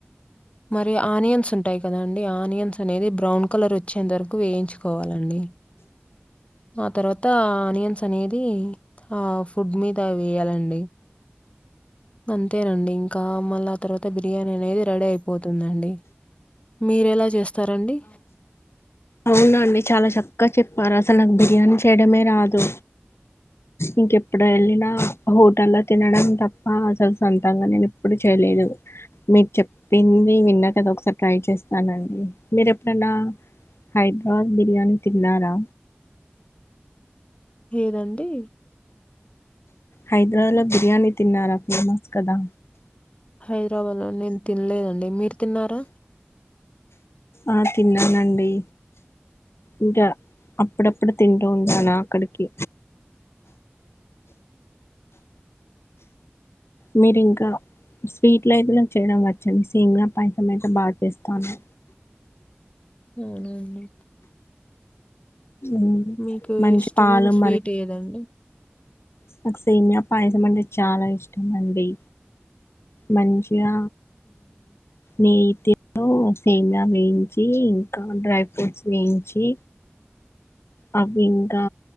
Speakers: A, on the left; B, on the left.
A: మరి ఆనియన్స్ ఉంటాయి కదాండి ఆనియన్స్ అనేది బ్రౌన్ కలర్ వచ్చే వరకు వేయించుకోవాలండి. ఆ తర్వాత అనియన్స్ అనేది ఆ ఫుడ్ మీద వేయాలండి. అంతేనండి ఇంకా మళ్ళీ ఆ తర్వాత బిర్యానీ అనేది రెడీ అయిపోతుందిండి. మీరేలా చేస్తారండి?
B: అవునా అండి చాలా చక్కగా చెప్పారు. అసలు నాకు బిర్యానీ చేయడమే రాదు. ఇంకెప్పుడు వెళ్ళినా హోటల్లో తినడం తప్ప, అసలు సొంతంగా నేను ఎప్పుడు చేయలేదు. మీరు చెప్పింది విన్నా కదా ఒకసారి ట్రై చేస్తానండి. మీరు ఎప్పుడైనా హైదరాబాద్ బిర్యానీ తిన్నారా?
A: ఏదండి?
B: హైదరాబాద్ లో బిర్యానీ తిన్నారా ఫేమస్ కదా.
A: హైదరాబాద్ లో నేను తినలేదండి మీరు తిన్నారా?
B: ఆ తిన్నానండి. ఇంకా అప్పుడప్పుడు తింటూ ఉంటాను అక్కడికి మీరి ఇంకా స్వీట్లు అయితే చేయడం వచ్చండి. సీమ్ల పాయసం అయితే బాగా చేస్తాను.
A: అవునా
B: ఉమ్,
A: మీకు
B: మంచి
A: ఇష్టమైన
B: పాలు
A: స్వీట్
B: మరి
A: ఏదండి?
B: నాకు సేమ్యా పాయసం అంటే చాలా ఇష్టం అండి. మంచిగా నేతితో సేమ్యా వేయించి, ఇంకా డ్రై ఫ్రూట్స్ వేయించి అవి ఇంకా